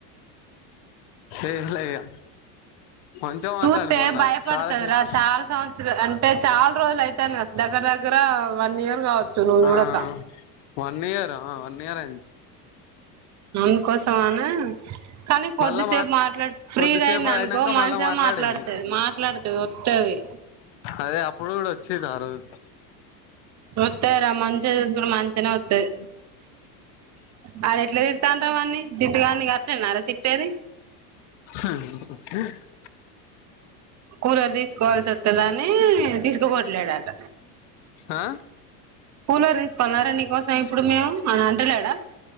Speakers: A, on the left; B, on the right.
A: ఏం లే ఇగ మంచిగా
B: చూస్తే
A: మాట్లాడింది మొన్న
B: భయపడుతంది
A: చాలాసేపు
B: రా చాలా సంవత్సరాలు అంటే చాలా రోజులు అయితంది దగ్గర దగ్గర వన్ ఇయర్ కావచ్చు నువ్వు
A: ఆ
B: చూడక
A: వన్ ఇయర్ వన్ ఇయర్ అయింది
B: అందుకోసం అనే కానీ కొద్దిసేపు
A: మళ్ళా మా
B: మాట్లాడు ఫ్రీగా
A: కొద్దిసేపు
B: అయింది అనుకో
A: అయినంక
B: మంచిగా
A: మళ్ళా మాట్లాడింది
B: మాట్లాడుతది మాట్లాడుతది వత్తది
A: అదే అప్పుడు కూడా వచ్చింది ఆ రోజు
B: వత్తది రా మంచిగా చూసుకుంటే మంచి గానే వత్తది వాడు ఎట్లా తిడుతాండారు వాన్ని చిట్టుగన్ని గట్నేనారా తిట్ తిట్టేది
A: హ్
B: కూలర్ తీసుకోవాల్సి అత్తదనీ తీసుకోపోట్లేడు అట
A: ఆ
B: కూలర్ తీసుకోలన్నార నీ కోసం ఇప్పుడు మేము అని అంటలేడా